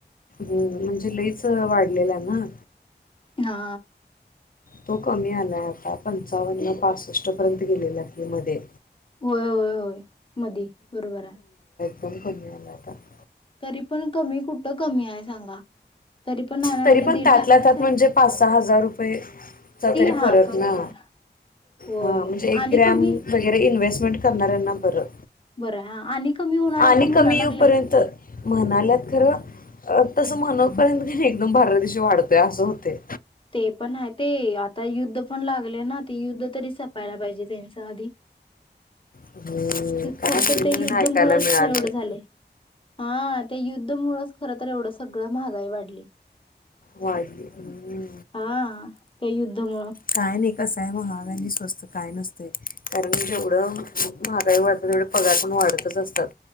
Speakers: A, on the left (about 50°); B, on the left (about 30°).
A: म्हणजे लईच वाढले. ना
B: हा
A: तो कमी आलाय आता पंचावन्न क पासष्ट पर्यंत गेलेला क मध्ये
B: होय होय होय मध्ये बरोबर आहे.
A: तो करण्यालाता <inaudible>
B: तरी पण कमी कुठं कमी आहे सांगा. तरी पण नाना
A: तरी
B: म्हटलं
A: पण
B: दीड
A: त्यात
B: लाखाच
A: त्यात
B: आहे
A: म्हणजे
B: की.
A: पाच सहा हजार रुपयेचा तरी
B: हा
A: फरक
B: कमी
A: ना
B: आला होय
A: म्हणजे एक
B: आणि
A: ग्रॅम
B: कमी
A: वगैरेइन्व्स्टमेंट करणाऱ्यांना बरं
B: बरं आणि कमी होणार
A: आणि
B: असं म्हणा
A: कमी
B: लागल्यात
A: येऊपर्यंत म्हणाल्यात खरं तसं म्हणपर्यंत का एकदम बारल्या दिवशी वाढतोय असं होते
B: ते पण आहे ते आता युद्ध पण लागले ना ते युद्ध तरी संपायला पाहिजे त्यांच्या आधी
A: हम्म, काय
B: खर
A: नवीन
B: तर ते युद्ध
A: नवीन ऐकायला
B: मुळच
A: मिळाले
B: एवढं झाले हा त्या युद्ध मुळच खरंत एवढं सगळं महागाई वाढली.
A: वाढली हम्म.
B: हा त्या युद्ध मुळं
A: काय नाही कसं आहे महाग आणि स्वस्त काय नसते कारण जेवढं महागाई वाढतात तेवढे पगार पण वाढतच असतात.